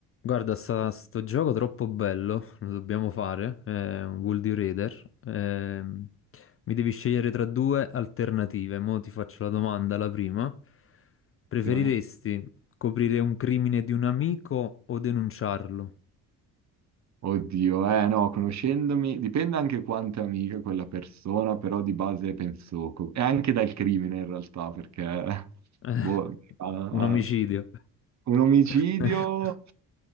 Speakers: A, on the left (about 30°); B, on the right (about 35°).
A: Guarda, sta, sto gioco troppo bello, lo dobbiamo fare, è un World Raider. ehm, mi devi scegliere tra due alternative. Mo' ti faccio la domanda, la prima. Preferiresti
B: Ok.
A: coprire un crimine di un amico o denunciarlo?
B: Oddio, eh no, conoscendomi, dipende anche quanto è amica quella persona, però di base penso, co- e anche dal crimine in realtà, perché <laughs>
A: <laughs>
B: boh, ah,
A: Un omicidio.
B: ah. un omicidio,
A: <laughs>